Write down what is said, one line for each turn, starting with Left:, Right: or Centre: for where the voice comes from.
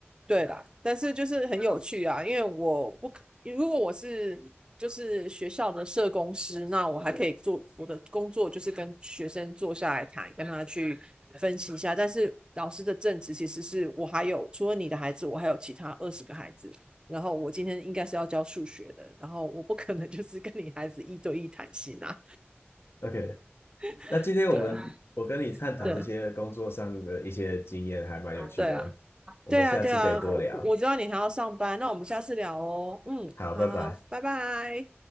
Right: 对啦，但是就是很有趣啊，因为我不可，如果我是就是学校的社工师，那我还可以做我的工作，就是跟学生坐下来谈，跟他去分析一下。但是老师的正职其实是我还有除了你的孩子，我还有其他二十个孩子，然后我今天应该是要教数学的，然后我不可能 <laughs> 就是跟你孩子一对一谈心啊，
Left: OK，
Right: <laughs>
Left: 那今天我们我跟你探讨这些工作上的一些经验，
Right: 对对
Left: 还蛮有趣的，
Right: 对啊。
Left: 我们下次可以多聊。
Right: 对啊，对啊，我我知道你还要上班，那我们下次聊哦。嗯，
Left: 好，
Right: 好好，
Left: 拜拜。
Right: 拜拜。